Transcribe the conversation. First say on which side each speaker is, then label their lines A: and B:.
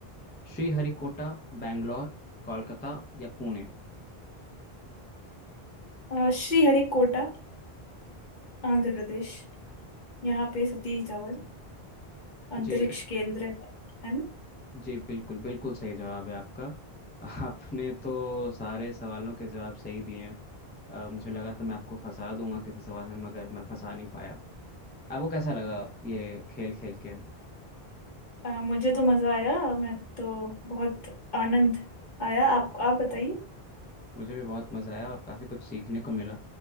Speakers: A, on the left (about 15°); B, on the left (about 50°).
A: श्रीहरिकोटा बैंगलोर कोलकाता या पुणे
B: अ, श्रीहरिकोटा आंध्र प्रदेश यहाँ पे सतीश धवन अंतरिक्ष
A: जी
B: केंद्र है है ना
A: जी बिल्कुल बिल्कुल सही जवाब है आपका <laughs> आपने तो सारे सवालों के जवाब सही दिए हैं अ, मुझे लगा था मैं आपको फंसा दूंगा किसी सवाल में मगर मैं फंसा नहीं पाया आपको कैसा लगा ये खेल खेल के
B: अ, मुझे तो मजा आया मैं तो बहुत आनंद आया आप आप बताइए
A: मुझे भी बहुत मज़ा आया और काफ़ी कुछ सीखने को मिला